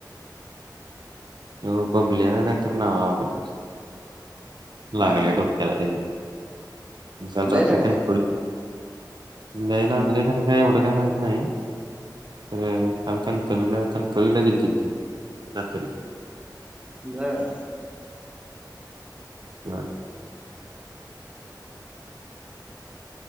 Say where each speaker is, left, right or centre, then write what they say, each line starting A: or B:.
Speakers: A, on the right; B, on the right.
A: हो बबल्या का काहीतरी नाव आहे त्याच लागले
B: हा हा
A: डोक केला तेनी काल रात्री
B: लय लागलंय
A: पण <unintelligible> लय लागलंय का नाही काय एवढं काय माहित नाही. खर काल कणकवलीला कणकवलीला गेलती ती‌ रात्री.
B: बर.
A: झालं